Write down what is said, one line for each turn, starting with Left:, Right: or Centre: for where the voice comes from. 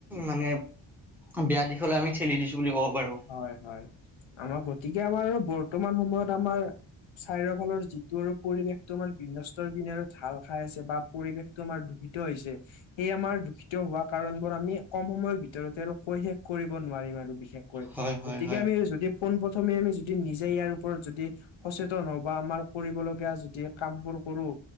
Centre: মানে বেয়া দিশলৈ আমি ঠেলি দিছো বুলি ক'ব পাৰো।
Left: হয় - হয়, আমাৰ গতিকে আমাৰ বৰ্তমান সময়ত আমাৰ চাৰিৰ ফালৰ যিটো আৰু পৰিৱেশ তোমাৰ বিৃন্নস্তৰ পিনে আৰু ঢাল খাই আছে বা পৰিৱেশ তোমাৰ ধূপিত হৈছে সে আমাৰ দূষিত হোৱা কাৰণ বোৰ আমি কম সময়ৰ ভিতৰতে আৰু কৈ শেষ কৰিব নোৱাৰিম আৰু বিশেষ কয়
Centre: হয় হয়
Left: গতিকে
Centre: হয়
Left: আমি যদি পোন প্ৰথমে আমি যদি নিজে ইয়াৰ ওপৰত যদি সচেতন হওঁ বা আমাৰ কৰিবলগীয়া যদি কাম বোৰ কৰোঁ,